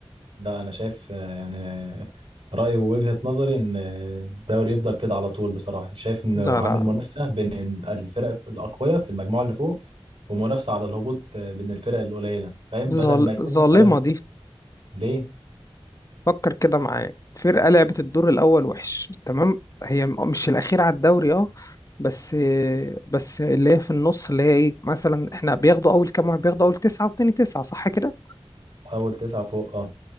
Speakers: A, on the right; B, on the left.
A: لا انا شايف آه، يعني رايي ووجهه نظري ان الدوري يفضل كده على طول بصراحه شايف انه
B: لا
A: عامل
B: لا
A: منافسه بين الفرق الاقوياء في المجموعه اللي فوق ومنافسه على الهبوط آه، بين الفرق القليله فاهم
B: دي
A: بدل
B: ظال-
A: ما يكون
B: ظالمة
A: مثلا
B: دي
A: ليه
B: فكر كده معايا فرقة لعبت الدور الأول وحش تمام هي م- مش الأخير على الدوري اه بس بس اللي هي في النص اللي هي ايه مثلا احنا بياخدوا أول كام واحد بياخدوا أول تسعة وتاني تسعة صح كده
A: اول تسعه فوق اه